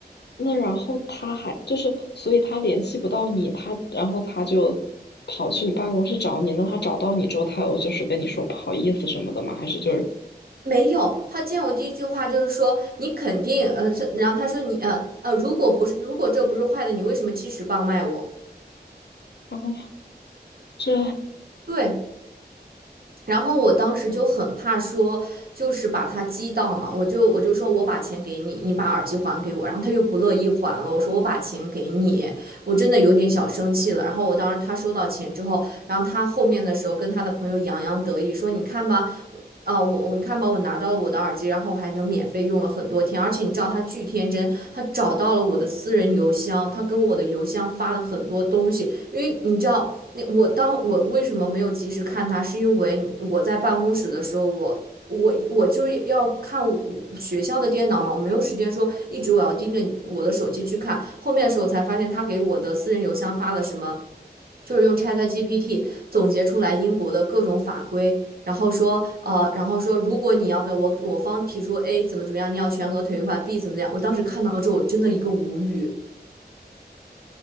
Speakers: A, on the left; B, on the right.
A: 那然后他还就是，所以他联系不到你，他然后他就跑去你办公室找你。那他找到你之后，他有就是跟你说不好意思什么的吗？还是就是
B: 没有。他见我第一句话就是说你肯定，呃，是然后他说你，呃呃，如果不是，如果这不是坏的，你为什么七十磅卖我？
A: 啊，这
B: 对，然后我当时就很怕说，就是把他激到嘛，我就我就说我把钱给你，你把耳机还给我，然后他又不乐意还了，我说我把钱给你，我真的有点小生气了。然后我当时他收到钱之后，然后他后面的时候跟他的朋友洋洋得意说，你看吧。啊、我我你看吧，我拿到了我的耳机，然后还能免费用了很多天，而且你知道他巨天真，他找到了我的私人邮箱，他跟我的邮箱发了很多东西，因为你知道，那我当我为什么没有及时看他，是因为我在办公室的时候，我我我就要看我学校的电脑嘛，我没有时间说一直我要盯着我的手机去看。后面的时候才发现，他给我的私人邮箱发了什么，就是用 ChatGPT 总结出来英国的各种法规，然后说呃，然后说如果你要不要我我方提出 A 怎么怎么样，你要全额退款 B 怎么怎么样。我当时看到之后，我真的一个无语。